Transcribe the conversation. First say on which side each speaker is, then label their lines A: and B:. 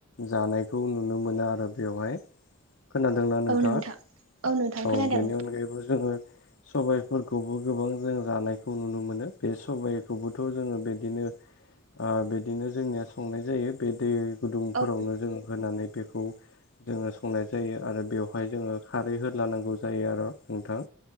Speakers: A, on the left; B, on the right.
A: जानायखौ नुनो मोना आरो बेवहाय। खोनादोंना नोंथाङा
B: औ नोंथां नोंथां
A: औ
B: खोनादों
A: बेनि अनगायैबो जोङो सबाइफोरखौबो गोबां जों जानायखौ नुनो मोनो बे सबाइखौबोथ' जोङो बेदिनो ओ बेदिनो जोंनिया संनाय जायो बेदि गुदुंफोरावनो
B: औ
A: जों होनानै बेखौ जोङो संनाय जायो आरो बेयाव हाय जोङो खारै होद्लानांगौ जायो आर' नोंथां